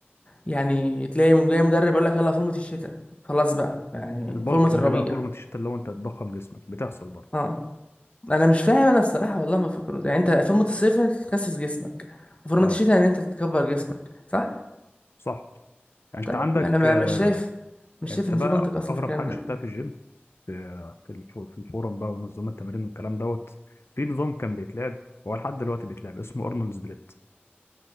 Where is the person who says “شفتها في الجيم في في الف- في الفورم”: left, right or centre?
Left